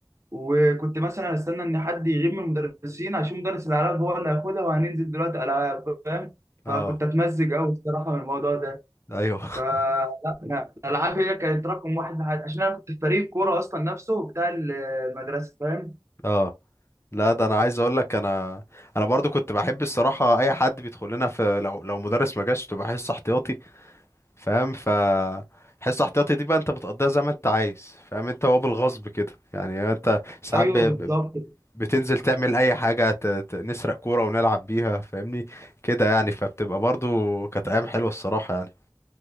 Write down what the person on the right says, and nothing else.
وكنت مثلا استنى ان حد يغيب من المدرسين عشان مدرس الالعاب هو اللي هياخدها وهننزل دلوقتي العاب فاهم
فكنت اتمزج قوي الصراحه من الموضوع ده
فلا أنا الالعاب هي كانت رقم واحد في حياتي عشان انا كنت في فريق كوره اصلا نفسه بتاع ال- المدرسه فاهم
ايوه
بالظبط